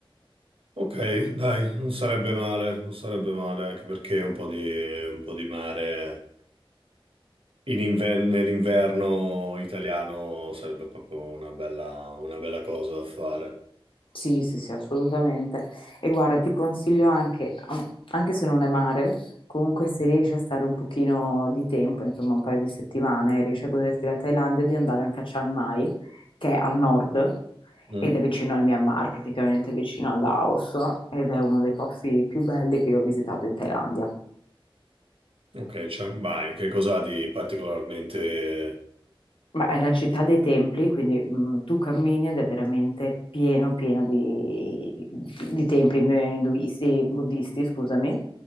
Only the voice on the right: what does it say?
Ok, dai, non sarebbe male, non sarebbe male, anche perché un po' di, un po' di mare. In inver- nell'inverno italiano sarebbe proprio una bella, una bella cosa da fare.
Mhm.
Ok, cioè, vai, che cosa ha di particolarmente...